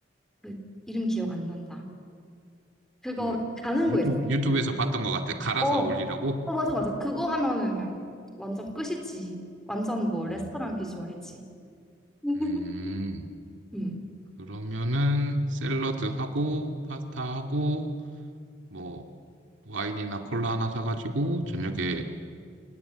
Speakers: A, in the centre; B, on the right.
A: 그 이름 기억 안 난다. 그거
B: 음,
A: 가는
B: 그
A: 거
B: 유튜브,
A: 있어.
B: 유튜브에서 봤던 것 같아. 갈아서
A: 어.
B: 올리라고?
A: 어 맞아 맞아. 그거 하면은 그냥 완전 끝이지. 완전 뭐 레스토랑
B: 음,
A: 비주얼이지. <laughs>
B: 음,
A: 음.
B: 그러면은 샐러드하고 파스타하고 뭐 와인이나 콜라 하나 사가지고 저녁에